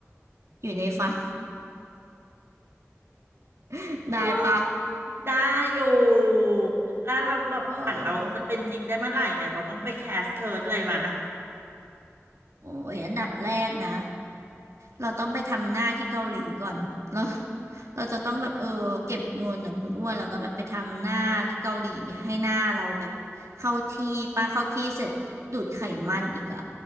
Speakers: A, on the right; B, on the right.
A: อยู่ในฝัน <laughs> ได้ปะ
B: เออได้อยู่ แล้วเราแบบฝันเราจะเป็นจริงได้เมื่อไหร่เนี่ย
A: เออ
B: เราต้องไปแคสเคิร์ดเลยมะ
A: โอ้ยอันดับแรกนะเราต้องไปทำหน้าที่เกาหลีก่อนเราเราจะต้องแบบเออเก็บเงินของคุณอ้วนแล้วก็แบบไปทำหน้าที่เกาหลีให้หน้าเราแบบเข้าที่ปะเข้าที่เสร็จดูดไขมันอีกอ่ะ